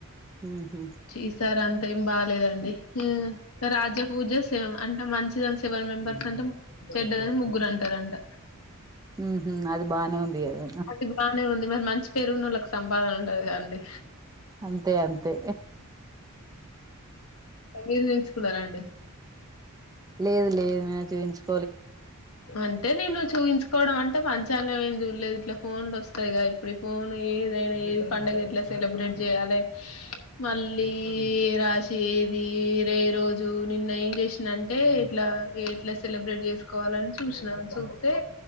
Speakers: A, on the right; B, on the left.
A: ఉహు
B: ఈసారీ అ తేం బాలేదండి రాజపూజ సేవ అంత మంచి సెవెన్ మెంబర్స్ అంటే చెడ్డగని ముగ్గురు అంటారంట
A: హు హు అది బానే ఉంది కదా
B: అది బానే ఉంది మరి మంచి పేరున్నోళ్ళకి సంపాదన ఉండదు కదండి
A: అంతే అంతే
B: మీరు ఎంచుకున్నార అండి
A: లేదు లేదు <unintelligible>
B: అంటే నేను చూయించుకోవడం అంటే టే పంచాంగం ఏం చూడలేదు ఇట్లా ఫోన్లో వస్తాయిగా ఇప్పుడు ఫోన్ ఏదైనా ఏది పండగ ఎట్లా సెలబ్రేట్ చెయ్యాలి మళ్ళీ రాసి ఏది రే రోజు నిన్న ఏం చేసిందంటే ఇట్లా ఎట్లా సెలబ్రేట్ చేసుకో కోవాలని చూసినా చూత్తే